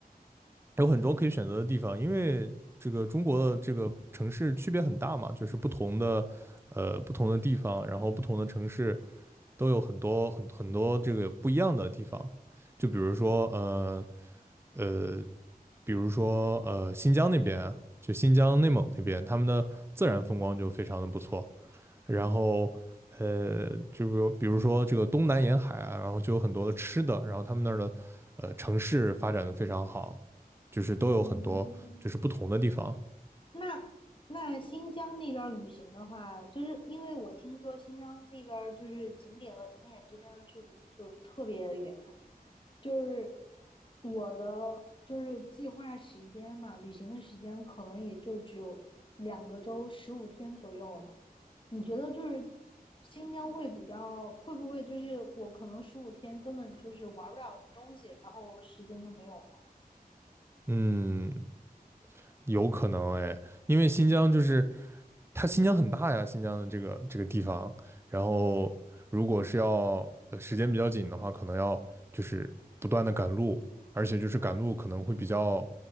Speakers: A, on the right (about 15°); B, on the left (about 35°).
A: 有很多可以选择的地方，因为这个中国的这个城市区别很大嘛，就是不同的，呃，不同的地方，然后不同的城市都有很多很很多这个不一样的地方，就比如说，呃呃，比如说呃新疆那边，就新疆内蒙那边，他们的自然风光就非常的不错。然后呃，就是比如说这个东南沿海啊，然后就有很多的吃的，然后他们那儿的呃城市发展的非常好，就是都有很多就是不同的地方，
B: 嗯，那那新疆那边儿旅行的话，就是因为我听说新疆那边儿就是景点和景点之间的距离就是特别远，就是我的就是计划时间嘛，旅行的时间可能也就只有两个周十五天左右了吧。你觉得就是新疆会比较会不会就是我可能十五天根本就是玩不了什么东西，然后时间就没有了？
A: 嗯，有可能哎，因为新疆就是它新疆很大呀，新疆的这个这个地方，然后如果是要呃时间比较紧的话，可能要就是不断的赶路，而且就是赶路可能会比较